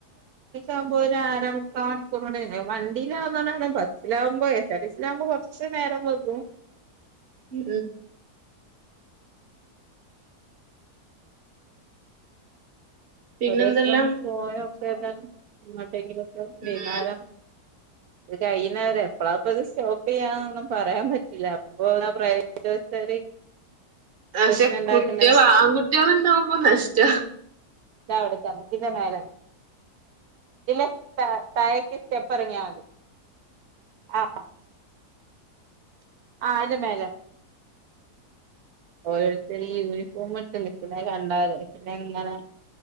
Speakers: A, on the right (about 70°); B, on the right (about 40°).
A: ആകുമ്പോ ഒരു ആര, മുക്കാ മണിക്കൂർ കൊണ്ട് വണ്ടിയിലാവുന്നതൊണ്ട് ബസ്സിലാവുമ്പഴേ <unintelligible> കുറച്ച് നേരക്കേ <unintelligible>
B: മ് പിന്നെന്തെല്ലാം
A: ഒരുസം പോയ ഒക്കെ ഏതാണ് ഇങ്ങോട്ടെങ്കിലൊക്കെ
B: ഉം
A: വൈന്നേരം ഇത് കഴിുന്നവരെ എപ്പളാപ്പ ഇത് സ്റ്റോപ്പ് ചെയ്യാന്നൊന്നും പറയാൻ പറ്റില്ല അപ്പൊ <unintelligible>
B: പക്ഷെ
A: പ്രശ്നം ഇണ്ടാക്കണ്ട
B: കുട്ടികൾ ആൺകുട്ടികൾ ഉണ്ടാവുമ്പോ നഷ്ടാ
A: ഇാവിടെത്തെന്ന പിന്നെമേലെ ഇല്ല താഴേക്ക് സ്റ്റെപ്പ് ഇറങ്ങിയാ മതി. <unintelligible> ആ അതിന്റെ മേലെ ഓരോരുത്തർ യൂണിഫോം ഇട്ട് നിക്കണേ കണ്ടാൽ പിന്നെ ഇങ്ങനെ